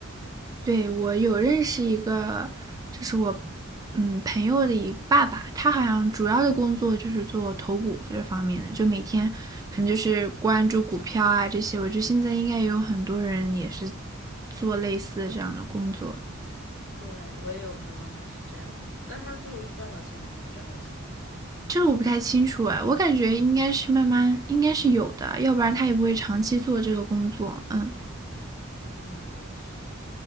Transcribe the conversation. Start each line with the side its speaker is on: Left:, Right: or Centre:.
Right: 对，我有认识一个，就是我嗯朋友的一个爸爸，他好像主要的工作就是做投股这方面的，就每天可能就是关注股票啊这些。我觉得现在应该也有很多人也是做类似的这样的工作，
Left: 对，我也有朋友妈妈是这样子，那她最后是赚到钱还是没赚到钱呢？
Right: 这个我不太清楚哎，我感觉应该是慢慢应该是有的，要不然他也不会长期做这个工作。嗯，
Left: 嗯，也是，